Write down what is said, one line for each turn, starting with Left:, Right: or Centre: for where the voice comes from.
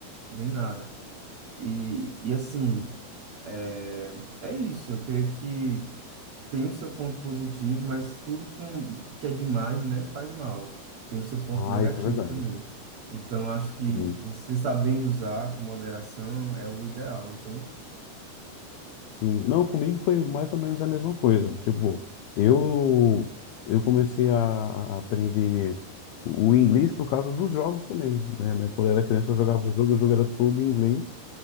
Right: nem nada. E, e assim, é, é isso. Eu creio que tem o seu ponto positivo, mas tudo com, que é demais, né, faz mal. Tem o seu ponto
Left: Ah,
Right: negativo
Left: isso é verdade.
Right: também. Então, acho que
Left: Sim,
Right: você sabendo usar com moderação é o ideal, entende?
Left: sim. Não, comigo foi mais ou menos a mesma coisa. Tipo, eu eu comecei a a aprender o inglês por causa dos jogos também, né? né? Quando eu era criança eu jogava jogo, o jogo era todo em inglês